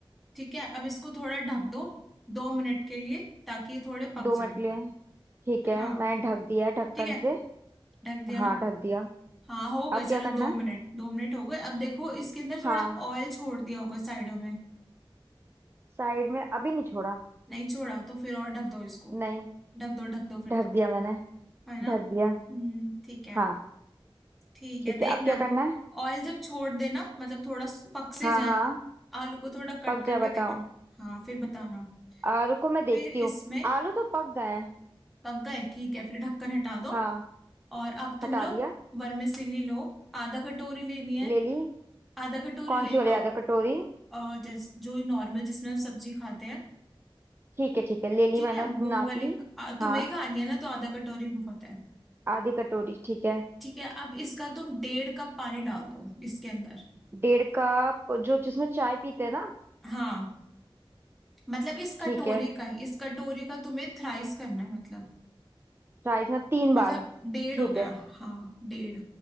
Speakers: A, in the centre; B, on the right.
A: ठीक है अब इसको थोड़ा ढक दो दो मिनट के लिए ताकि ये थोड़े पक
B: दो मटलियाँ
A: जाए
B: ठीक
A: हाँ
B: है मैंने ढक दिया है ढक्कन
A: ठीक है
B: से
A: ढक दिया
B: हाँ
A: ना
B: ढक दिया
A: हाँ हो गए
B: अब
A: चलो
B: क्या करना
A: दो
B: है
A: मिनट दो मिनट हो गए अब देखो इसके अंदर थोड़ा
B: हाँ
A: ऑयल छोड़ दिया होगा साइडों में
B: साइड में अभी नहीं छोड़ा
A: नहीं छोड़ा तो फिर और ढक दो इसको
B: नहीं
A: ढक दो ढक दो फिर
B: ढक
A: तो
B: दिया मैंने
A: है ना
B: ढक दिया
A: हम्म ठीक है
B: हाँ
A: ठीक
B: ठीक
A: है देखना
B: है अब क्या करना है
A: ऑयल जब छोड़ देना मतलब थोड़ा स- पक से
B: हाँ
A: जाएंगे
B: हाँ
A: आलू को थोड़ा कट
B: पक
A: करके
B: जाए बताओ
A: देख लो हाँ फिर बताना
B: आलू को मैं देखती
A: फिर इसमें
B: हूँ आलू तो पक गए हैं
A: पक गए ठीक है फिर ढक्कन हटा दो
B: हाँ
A: और अब तुम
B: हटा
A: लोग
B: दिया
A: वर्मिसेली लो आधा कटोरी लेनी है
B: ले ली
A: आधा कटोरी
B: कौन
A: ले
B: सी
A: लो
B: वाली आधा कटोरी
A: और जैस जो नॉर्मल जिसमें हम सब्जी खाते हैं
B: ठीक है ठीक है ले ली
A: ठीक
B: मैंने
A: है
B: उतनी
A: वो
B: नाप
A: वाली
B: ली
A: आ, तुम्हें
B: हाँ
A: खानी है ना तो आधा कटोरी बहुत है
B: आधी कटोरी ठीक है
A: ठीक है अब इसका तुम डेढ़ कप पानी डाल दो इसके अंदर
B: डेढ़ कप जो जिसमें चाय पीते हैं ना
A: हाँ मतलब इस कटोरी
B: ठीक है
A: का ही इस कटोरी का तुम्हें थ्राइस करना है मतलब
B: राइस में तीन
A: मतलब
B: बार
A: डेढ़
B: ठीक
A: हो गया
B: है
A: हाँ डेढ़